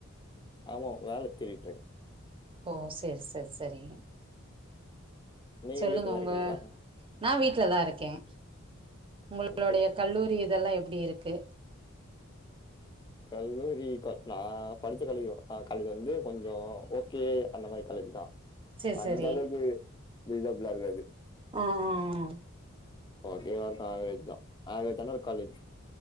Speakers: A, on the left; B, on the right.
A: ஆமா வேல தேடிட்டு இருக்கேன்
B: ஓ சேர் சேர் சேரி
A: நீங்க
B: சொல்லுங்க
A: வீட்ல தான்
B: அவுங்க
A: இருக்கீங்களா?
B: நான் வீட்ல தான் இருக்கேன் உங்களுடைய
A: ஓகே ஓகே.
B: கல்லூரி இதெல்லாம் எப்டி இருக்கு
A: கல்லூரி க நான் படிச்ச கல்லூரி க கல்லூரி வந்து கொஞ்சோ ஓகே அந்த மாதிரி காலேஜ் தான்
B: சேரி
A: அந்த
B: சேரி
A: அளவுக்கு பில்டப்லா இருக்காது
B: ஆ ஆ ஆ
A: ஓகேவா இருக்கும் ஆவரேஜ் தான் ஆவரேஜ் ஆன ஒரு காலேஜ்